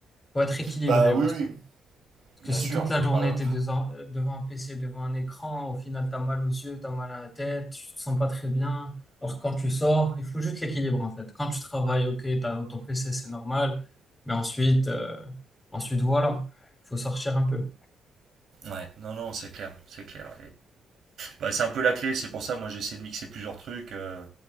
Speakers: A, on the left (about 15°); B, on the right (about 65°).
A: Faut être équilibré
B: bah oui,
A: parce
B: oui,
A: que que
B: bien
A: si
B: sûr.
A: toute la journée,
B: Bah,
A: tu es devant un PC, devant un écran, au final, tu as mal aux yeux, tu as mal à la tête, tu te sens pas très bien. Alors, quand tu sors, il faut juste l'équilibre, en fait. Quand tu travailles, ok, t'as as ton PC, c'est normal. Mais ensuite, euh, ensuite voilà, faut sortir un peu.
B: Ouais, non, non, c'est clair, c'est clair. Bah, c'est un peu la clé, c'est pour ça, moi j'essaie de mixer plusieurs trucs. euh,